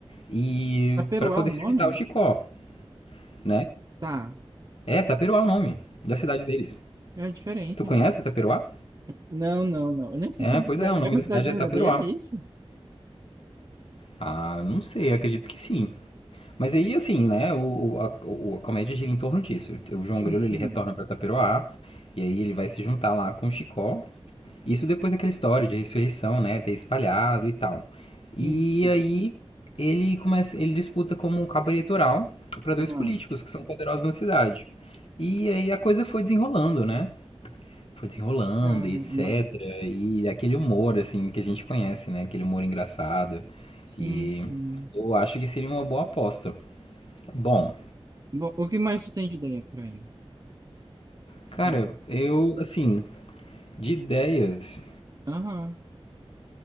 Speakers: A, on the left (about 65°); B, on the right (about 35°).
A: E
B: Taperoá
A: para poder
B: é o nome?
A: se juntar ao Chicó, né?
B: Tá,
A: É, Taperoá é o nome da cidade deles.
B: é diferente.
A: Tu conhece Taperoá?
B: Não, não, não. Eu nem sei
A: É,
B: se é uma
A: pois
B: cidade.
A: é, o nome
B: É uma
A: da
B: cidade
A: cidade
B: verdadeira,
A: é Taperoá.
B: é isso?
A: Ah, não sei, acredito que sim. Mas aí, assim, né, o, o- a, o- a comédia gira em torno disso. O João
B: Sim,
A: Grilo,
B: sim.
A: ele retorna pra Taperoá, e aí ele vai se juntar lá com o Chicó, Isso depois daquela história de ressurreição, né, ter espalhado e tal. E
B: Sim, sim.
A: aí ele começa, ele disputa como um cabo eleitoral para dois
B: Ah,
A: políticos que são poderosos na cidade. E aí a coisa foi desenrolando, né? Foi desenrolando
B: caramba.
A: e etc. E aquele humor assim que a gente conhece, né, aquele humor engraçado.
B: Sim,
A: E
B: sim.
A: eu acho que seria uma boa aposta. Bom,
B: Bom, o que mais tu tem de ideia por aí?
A: cara,
B: Vamos.
A: eu assim, de ideias,
B: Aham.